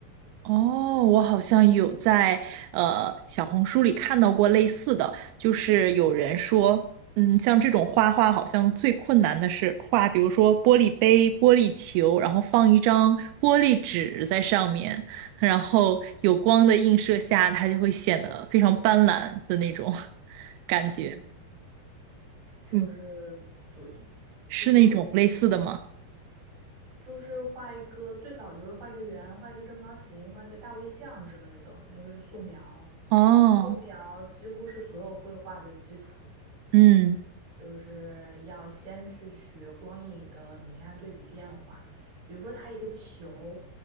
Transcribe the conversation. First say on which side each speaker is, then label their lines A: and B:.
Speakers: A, on the right; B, on the right.
A: 哦，我好像有在呃小红书里看到过类似的，就是有人说，嗯，像这种画画好像最困难的是画，比如说玻璃杯、玻璃球，然后放一张玻璃纸在上面，然后有光的映射下，它就会显得非常斑斓的那种 <laughs> 感觉。
B: 嗯，就是对，
A: 嗯，是那种类似的吗？
B: 就就就是画一个，最早就是画一个圆，画一个正方形，画一个大卫像之类的，那个是素描。
A: 哦，
B: 素描几乎是所有绘画的基础，
A: 嗯，
B: 就是要先去学光影的明暗对比变化。比如说，它一个球，